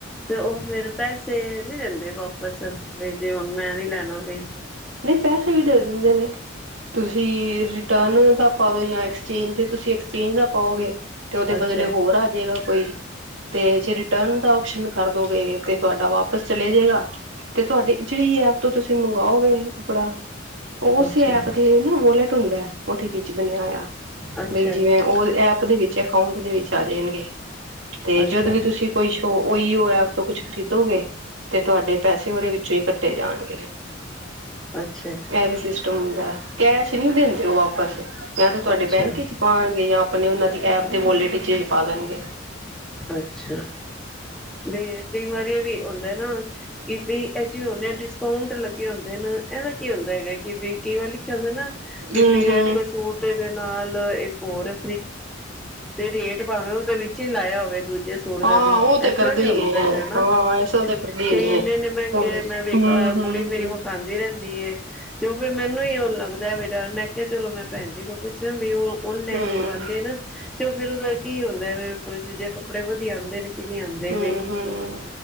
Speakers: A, in the centre; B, on the right.
A: ਤੇ ਉਹ ਫੇਰ ਪੈਸੇ ਨੀ ਦਿੰਦੇ ਵਾਪਸ ਵੀ ਜੇ ਹੁਣ ਮੈਂ ਨੀ ਲੈਣਾ ਬਈ
B: ਨਹੀਂ ਪੈਸੇ ਵੀ ਦੇ ਦਿੰਦੇ ਨੇ ਤੁਸੀਂ ਰਿਟਰਨ ਦਾ ਪਾਦੋ ਜਾਂ ਐਕਸਚੇਂਜ ਤੁਸੀਂ ਐਕਸਚੇਂਜ ਦਾ ਪਾਓਗੇ ਤੇ ਉਹਦੇ ਬਦਲੇ
A: ਅੱਛਾ
B: ਹੋਰ ਆ ਜਾਏਗਾ ਕੋਈ, ਤੇ ਜੇ ਰਿਟਰਨ ਦਾ ਆਪਸ਼ਨ ਕਰਦੋਗੇ ਤੇ ਤੁਹਾਡਾ ਵਾਪਸ ਚਲੇ ਜਾਏਗਾ ਤੇ ਤੁਹਾਡੀ ਜਿਹੜੀ ਐਪ ਤੋਂ ਤੁਸੀਂ ਮੰਗਵਾਓਗੇ ਇਹ ਕੱਪੜਾ ਉਸ
A: ਅੱਛਾ
B: ਐਪ ਤੇ ਨਾ ਵੋਲਟ ਹੁੰਦਾ, ਉਹਦੇ ਵਿੱਚ ਬਣਿਆ ਹੋਇਆ।
A: ਅੱਛਾ
B: ਬਈ ਜਿਵੇਂ
A: ਜੀ
B: ਉਹ ਐਪ ਦੇ ਵਿੱਚ ਅਕਾਊਂਟ ਦੇ ਵਿੱਚ ਆ ਜਾਣਗੇ ਤੇ
A: ਅੱਛਾ
B: ਜਦੋਂ ਵੀ ਤੁਸੀਂ ਕੋਈ ਉਹੀ ਹੋਇਆ ਤੋਂ ਕੁਛ ਖਰੀਦੋਗੇ ਤੇ ਤੁਹਾਡੇ ਪੈਸੇ ਉਹਦੇ ਵਿੱਚੋਂ ਹੀ ਕੱਟੇ ਜਾਣਗੇ
A: ਅੱਛਾ।
B: ਏ ਵੀ ਸਿਸਟਮ ਹੁੰਦੈ। ਕੈਸ਼ ਨੀ ਦਿੰਦੇ ਔ ਵਾਪਸ ਯਾ ਤੇ ਤੁਆਡੇ
A: ਅੱਛਾ
B: ਬੈਂਕ ਇਚ ਪਾਨਗੇ ਯਾ ਆਪਨੇ ਔਨਾ ਦੀ ਐਪ ਦੇ ਵੋਲਟ ਇਚ ਪਾ ਦੇਨਗੇ।
A: ਅੱਛਾ, ਵਈ ਕਈ ਵਾਰ ਏ ਵੀ ਹੁੰਦੈ ਨਾ ਕਿ ਬੀ ਏਚ ਹੁੰਦੇ ਏ, ਡਿਸਕਾਊਂਟ ਲੱਗੇ ਹੁੰਦੇ ਨ। ਏਦਾ ਕੀ ਹੁੰਦਾ ਹੈਗਾ? ਕਿ ਬੀ ਕਈ ਵਾਰ ਲਿਖਿਆ ਹੁੰਦੈ ਨਾ। ਕਿ
B: ਹਮ
A: ਬੇ
B: ਹਮ
A: ਹੈ ਸੂਟ ਦੇ ਨਾਲ ਇੱਕ ਹੋਰ। ਤੇ ਰੇਟ ਭਾਵੇਂ ਓਦੇ ਵਿੱਚ ਹੀ ਲਾਇਆ ਹੋਵੇ ਦੂ ਸੂਟ ਦਾ
B: ਹਾਂ
A: ਵੀ
B: ਉਹ ਤੇ
A: ਏਸ ਤਰਾਂ
B: ਕਰਦੇ
A: ਵੀ ਹੁੰਦਾ
B: ਹੀ ਨੇ
A: ਹੈਨਾ?
B: ਹਾਂ ਐਸਾ ਤੇ ਕਰਦੇ
A: ਕਈ
B: ਹੀ ਨੇ
A: ਏਨੇ- ਏਨੇ ਮੈੰਗੇ,
B: ਹਮ ਹਮ ਹਮ
A: ਕੁੜੀ ਮੇਰੀ ਵਖਾਨਦੀ ਰੈਨ ਤੇ ਓ ਫੇਰ ਮੈਨੂੰ ਈ ਓ ਲੱਗਦਾ ਏ ਵਈ ਡਾਰ। ਮੈਂ ਕਿਆ, ਚਲੋ ਮੈਂ ਭੈਨਜੀ ਕੋਲ ਪੁੱਛਾ ਵਈ ਓ ਓਨਲੈਨ
B: ਹਮ
A: ਮੰਗਵਾਂਦੇ ਨਾ, ਤੇ ਓ ਫੇਰ ਓਦਾ ਕੀ ਹੁੰਦਾ ਪ੍ਰੋਸੀਜਰ? ਕੱਪੜੇ ਵਦੀਆ ਆਂਦੇ ਨੇ ਕੀ ਨੀ ਆਨਦੇ
B: ਹਮ
A: ਵੀ?
B: ਹਮ